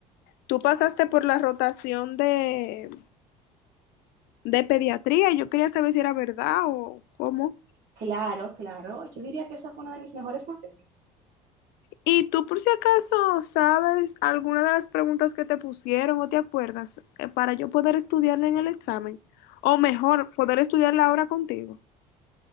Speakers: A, on the left; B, on the right.
A: tú pasaste por la rotación de, de pediatría y yo quería saber si era verdad o cómo.
B: Claro, claro. Yo diría que esa fue una de mis mejores materias.
A: ¿Y tú por si acaso sabes alguna de las preguntas que te pusieron o te acuerdas eh, para yo poder estudiarla en el examen? O mejor, poder estudiarla ahora contigo.